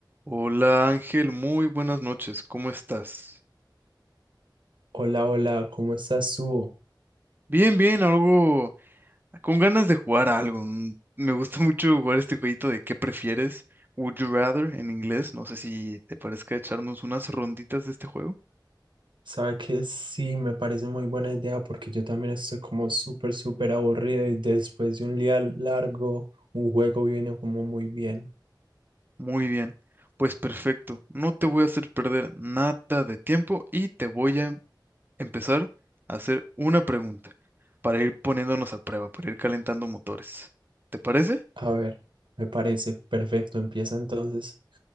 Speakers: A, on the right; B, on the right.
A: Hola Ángel, muy buenas noches, ¿cómo estás?
B: Hola, hola, ¿cómo estás tú?
A: Bien, bien, algo con ganas de jugar a algo. mm, Me gusta <laughs> mucho jugar este jueguito de ¿qué prefieres? Would you rather en inglés. No sé si te parezca echarnos unas ronditas de este juego.
B: Sabe que sí, me parece muy buena idea porque yo también estoy como súper, súper aburrido y después de un día largo, un juego viene como muy bien.
A: Muy bien, pues perfecto. No te voy a hacer perder nada de tiempo y te voy a empezar a hacer una pregunta para ir poniéndonos a prueba, para ir calentando motores. ¿Te parece?
B: A ver, me parece perfecto, empieza entonces.